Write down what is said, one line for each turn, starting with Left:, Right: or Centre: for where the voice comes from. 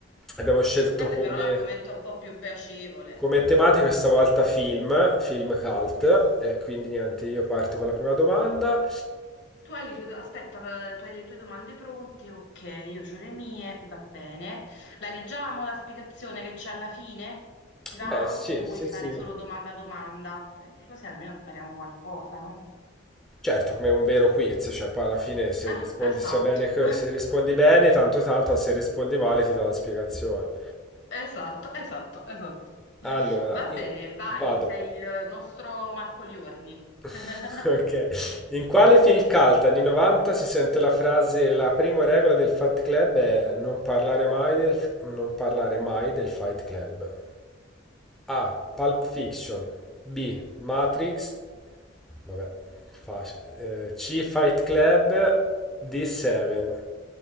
Centre: abbiamo scelto
Left: Vabbè,
Centre: come,
Left: però l'argomento è un po' più piacevole.
Centre: come tematica
Left: Ah,
Centre: questa volta film, film cult
Left: Yes.
Centre: e quindi niente, io parto con la prima domanda.
Left: Tu hai le tue, do- aspetta, eh, tu hai le tue domande pronte? Ok, io ho le mie, va bene. La leggiamo la spiegazione che c'è alla fine? Ti va?
Centre: Beh, sì,
Left: O vuoi
Centre: sì,
Left: fare
Centre: sì.
Left: solo domanda a domanda? Perché così almeno impariamo qualcosa, no?
Centre: Certo, come un vero quiz, cioè poi alla fine se
Left: Ah,
Centre: rispondi
Left: esatto.
Centre: sia bene, che-
Left: <laughs>
Centre: se rispondi bene, tanto tanto, se rispondi male ti do la spiegazione.
Left: Esatto, esatto, esatto.
Centre: Allora,
Left: Va
Centre: i-
Left: bene, vai,
Centre: vado.
Left: sei il nostro Marco Liorni. <laughs>
Centre: <laughs> Ok. In quale film cult anni 90 si sente la frase la prima regola del Fight Club è non parlare mai del, non parlare mai del Fight Club? A. Pulp Fiction. B. Matrix. Vabbè, facile. Eh, C. Fight Club. D. Seven.